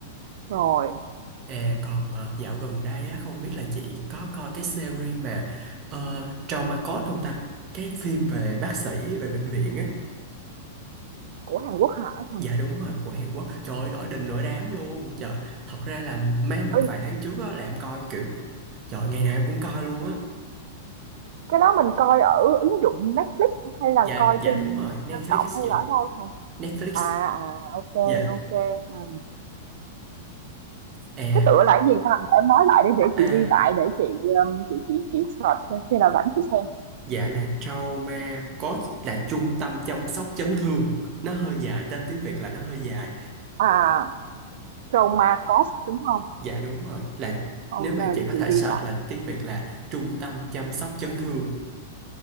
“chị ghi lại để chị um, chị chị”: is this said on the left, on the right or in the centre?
Right